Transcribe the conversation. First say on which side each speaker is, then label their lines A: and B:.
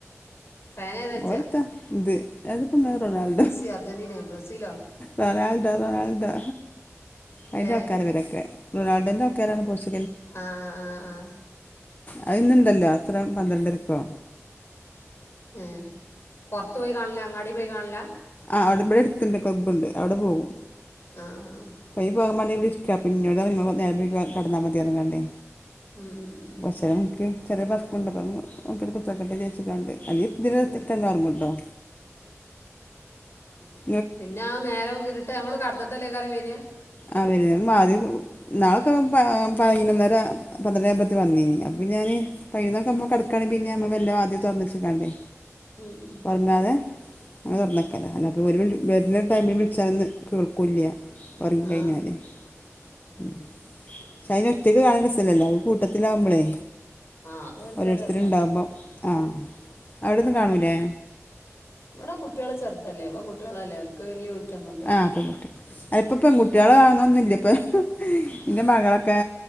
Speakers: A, on the left; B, on the left.
A: ഫാൻ ഏതാ ചോദിച്ചാ
B: ഓലെത്താ ഇത് അത് ഇങ്ങളെ റൊണാൽഡോ
A: മെസ്സി അർജൻറ്റീന ബ്രസീലോ
B: റൊണാൾഡോ റൊണാൾഡോ അതിൻറെ
A: ഏ
B: ആൾക്കാരെ ഇവരൊക്കെ റൊണാൾഡോൻ്റെ ആൾക്കാരാണ് പോർച്ച്
A: ആഹ് ആഹ് ആഹ് ആഹ്
B: അത് ഇന്ന്ണ്ടല്ലോ എത്ര പന്ത്രണ്ടരെക്കോ
A: ആഹ് പൊറ്ത്ത് പോയി കാണല അങ്ങാടി പോയി കാണല്ല
B: ആഹ് ഇബ്ടെ അടുത്ത്ണ്ട്. ക്ലബ്ബ്ണ്ട് അവിടെ പോകും
A: ആ ആ ആ
B: അയ്ന്പോകാൻ മാണ്ടി ഇബടെ ഇരി ക്ക്യ പിന്നോട് ഇങ്ങള് നേരം വൈകി <unintelligible> കെടന്നാ മതി അറ്ന്ന്ക്കാണ്ടേ
A: ഉം ഉം ഉം, ഉം,
B: കൊറ്ച്ചേരം
A: ഉം.
B: ഇൻക്ക് ചെറ്യേ വർക്കുണ്ട് <unintelligible> ഇപ്പ <unintelligible> കുത്തർക്കട്ടെ ചാര്ച്ച്ക്കാണ്ട് <unintelligible>
A: എന്നിട്ട്
B: ഒറ്ങ്ങുണ്ടൊ ഉം
A: പിന്നെ ആ നേരം വിര്ട്ട് അമ്മള് കടന്ന്ട്ടെല്ലേക്കാരം വര.
B: ആഹ് വരും വാതി കു ഇന്നാളൊക്കെ പൈ പൈനൊന്നര പന്ത്രണ്ടെ അയ്മ്പത്തി വന്നീനി ഇപ്പം ഞാനെ പൈനൊന്നക്കാവുമ്പോ കെട്‌ക്കാണെ പിന്നെ അമ്മള് വെല്ല വാതില് തൊർന്നെച്ച്കാണ്ടെ
A: ഉം, ഉം,
B: ഒർങ്ങാതെ അ
A: ഉം,
B: തൊറ്ന്നക്കല.
A: ഉം.
B: അല്ലാപ്പോ ഓര് വെര്ണ ടൈമില് വിളിച്ചാന്ന് കേൾക്കൂല്ല്യ ഒർങ്ങിക്കയിഞ്ഞാലേ
A: ആ
B: ഉം ഫൈയിന് ഒറ്റക്ക് കാണാൻ രസല്ലല്ലോ, അഹ് കൂട്ടത്തിലാവുമ്പളേ
A: ആ അത് ഓർക്കൊരു
B: ഓരോരുത്തര്
A: രസം
B: ഇണ്ടാവുമ്പം ആഹ് അവ്ടൊന്നും കാണൂലേ
A: ഇവടെ കുട്ട്യേൾ ചെർതല്ലേ. പെങ്കുട്ട്യേളെല്ലെ ഓൽക്ക് വല്ല്യ ഊറ്റൊന്നുൽ
B: ആഹ്പ്പം പെൺകുട്ട്യേളാവാന്നന്നില്ലപ്പഹ് ഇന്റെ മകളൊക്കെ